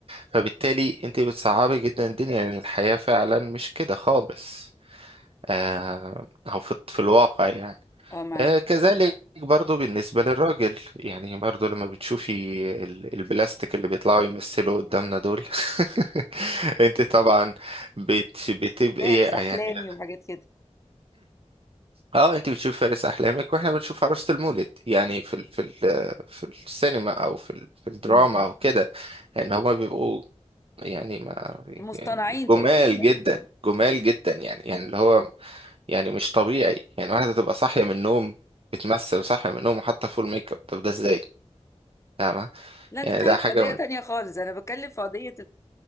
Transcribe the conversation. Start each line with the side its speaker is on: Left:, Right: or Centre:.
Right: فبالتالي انت بتصعبي جدا الدنيا يعني الحياة فعلا مش كده خالص آه او في, في الواقع يعني
Left: أه معاك
Right: آه كذلك برضو بالنسبة للراجل يعني برضو لما بتشوفي ال- البلاستيك اللي بيطلعوا يمثلوا قدامنا دول <laughs> انت طبعا بت بتبقي
Left: فارس
Right: يعني
Left: أحلامي وحاجات كده
Right: اه انت بتشوف فارس احلامك واحنا بنشوف عروسة المولد يعني في ال في ال في السينما او في ال في الدراما
Left: مم.
Right: او كده يعني هما بيبقوا يعني ما
Left: المصطنعين
Right: يعني جمال
Left: تقصد يعني
Right: جدا
Left: مم.
Right: جمال
Left: مم.
Right: جدا يعني يعني اللي هو يعني مش طبيعي يعني واحدة تبقى صاحية من النوم بتمثل صاحية من النوم وحاطة فول ميك اب طب ده ازاي؟ فاهمة؟
Left: لا أنت
Right: يعني
Left: بتتكلم
Right: ده حاجة
Left: في قضية
Right: من
Left: تانية خالص أنا بتكلم في قضية